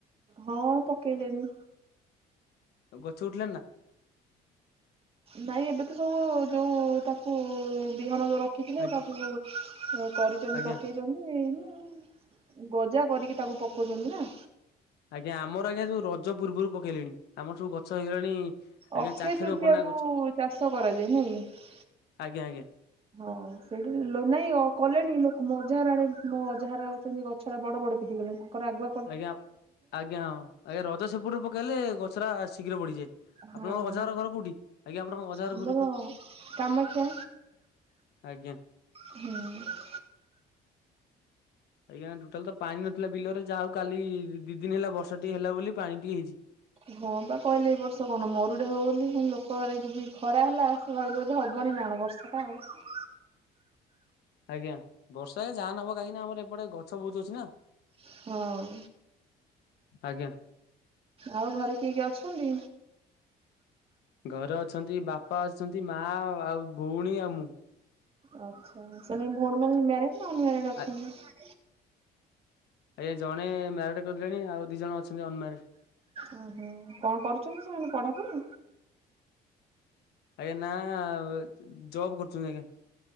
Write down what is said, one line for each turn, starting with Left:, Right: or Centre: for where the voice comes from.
Right: ହଁ ପକେଇଲେଣି।
Left: ଆଉ ଗଛ ଉଠିଲାଣ ନା?
Right: ନାଇଁ ଏବେ ତ ସବୁ ଯୋଉ ତାକୁ ବିହନ ଯୋଉ ର ରଖିଥିଲେ
Left: ଆଜ୍ଞା
Right: ତାକୁବି କରିଚନ୍ତି
Left: ଆଜ୍ଞା
Right: ପକେଇଚନ୍ତି ଏଇନି ଆଉ। ଗଜା କରିକି ତାକୁ ପକୋଉଚନ୍ତି ନା।
Left: ଆଜ୍ଞା ଆମର ଆଜ୍ଞା ଯୋଉ ରଜ ପୂର୍ବରୁ ପକେଇଲେଣି ଆମର ସବୁ ଗଛ ହେଇଗଲାଣି। ଆଜ୍ଞା
Right: ଅକ୍ଷୟ
Left: ଚାଖେଡେ
Right: ତୃତୀୟାକୁ
Left: ଉପର ନା ଗଛ
Right: ଚାଷ କରାଯାଏ ନୁହେଁକି
Left: ଆଜ୍ଞା ଆଜ୍ଞା
Right: ହଁ। ସେଇଠୁ ଲୋ ନାଇଁ ଅ କଲେଣି ଲୋକ ମୋ ଅଜାହର ଆଡେ ମୋ ଅଜାହର ସେମିତି ଗଛରା ବଡବଡ ବି ହେଇଗଲାଣି ତାଙ୍କର ଆଗ
Left: ଆଜ୍ଞା ଆଜ୍ଞା ହଁ ଆଜ୍ଞା ରଜ ସେପଟରୁ ପକେଇଲେ ଗଛଟା ଶୀଘ୍ର ବଢିଯାଏ।
Right: ହଁ।
Left: ଆପଣଙ୍କ ଅଜାହର ଘର କୋଉଠି ଆଜ୍ଞା ଆପଣଙ୍କ ଅଜାହର
Right: ଆମର
Left: କୋଉଠି କୁ
Right: କାମାକ୍ଷା
Left: ଆଜ୍ଞା।
Right: ହୁଁ।
Left: ଆଜ୍ଞା ଟୋଟାଲ ତ ପାଣି ନଥିଲା ବିଲରେ ଯାହା ହୋଉ କାଲି ଦିଦିନି ହେଲା ବର୍ଷାଟିକେ ହେଲା ବୋଲି ପାଣି ଟିକେ ହେଇଚି।
Right: ହଁ ପା କହିଲେ ଏଇ ବର୍ଷ କଣ ମରୁଡି ହବ ବୋଲି ଲୋକମାନେ ଏ ଯୋଉ ବି ଖରାହେଲା ଭାବିଲେ ବୋଧେ ହବନି ନା କଣ ବର୍ଷାଟା ଆଉ।
Left: ଆଜ୍ଞା ବର୍ଷା ଆଜ୍ଞା ଯାହା ହେନେ ହବ କାହିଁକିନା ଆମର ଏପଟେ ଗଛ ବୋହୁତ ଅଛିନା।
Right: ହଁ।
Left: ଆଜ୍ଞା।
Right: ଆଉ ଘରେ କିଏ କିଏ ଅଛନ୍ତି?
Left: ଘରେ ଅଛନ୍ତି ବାପା ଅଛନ୍ତି, ମାଆ ଆଉ ଭୋଉଣୀ ଆଉ ମୁଁ।
Right: ଆଛା ସେନେ ଭୋଉଣୀ ମାନେ ମ୍ୟାରେଡ୍ ନା ଅନମ୍ୟାରେଡ ଅଛନ୍ତି।
Left: ଆ ଆଜ୍ଞା ଜଣେ ମ୍ୟାରିଡ଼୍ କରିିଲେଣି ଆଉ ଦିଇଜଣ ଅଛନ୍ତି ଅନମ୍ୟାରେଡ଼।
Right: ଓହୋ କଣ କରୁଚନ୍ତି ସେମାନେ ପଢାପଢି?
Left: ଆଜ୍ଞା ନା ଏ ଜ ଜବ୍ କରୁଚନ୍ତି ଆଜ୍ଞା।